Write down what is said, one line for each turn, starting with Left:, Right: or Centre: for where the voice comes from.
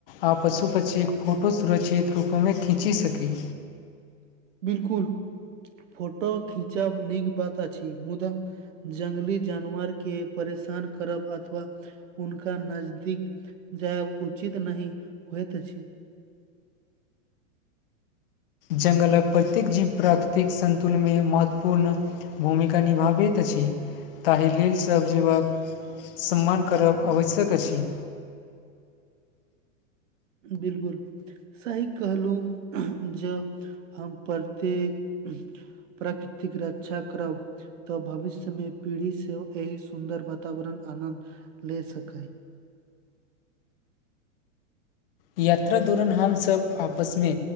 Left: आ पशु पक्षीक फोटो सुरक्षित रूपमे खींची सकी
Right: बिलकुल फोटो खिचब नीक बात अछि मुदा जंगली जानवर के परेशान करब अथवा उनका नजदीक जायब उचित नहि होइत अछि
Left: जंगलक प्रत्येक जीव प्राकृतिक संन्तुलनमे महत्वपूर्ण भूमिका निभाबैत अछि ताहि लेल सभ जीवक सम्मान करब आवश्यक अछि
Right: बिलकुल सही कहलहुँ जँ हम प्रत्येक प्राकृतिक रक्षा करब तऽ भविष्य मे पीढ़ी सेहो एहि सुन्दर वातावरण आनन्द ले सकै
Left: यात्रा दौरान हमसभ आपसमे